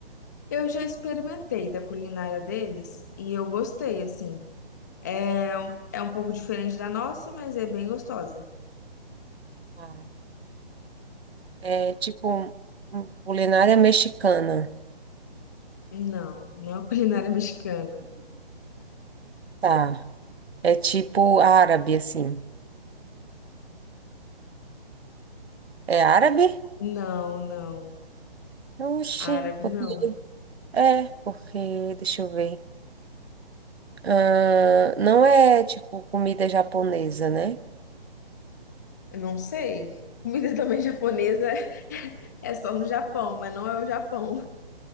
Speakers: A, on the left; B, on the right.
A: Eu já experimentei da culinária deles e eu gostei, assim. É, é um pouco diferente da nossa, mas é bem gostosa.
B: Tá. É tipo hum, culinária mexicana,
A: Não, não é culinária mexicana.
B: tá, é tipo árabe, assim, é árabe?
A: Não, não.
B: Oxi,
A: Árabe,
B: porque,
A: não.
B: é, porque, deixa eu ver, ah não é tipo comida japonesa, né?
A: Eu não sei. Comida <laughs> também japonesa é só no Japão, mas não é o Japão.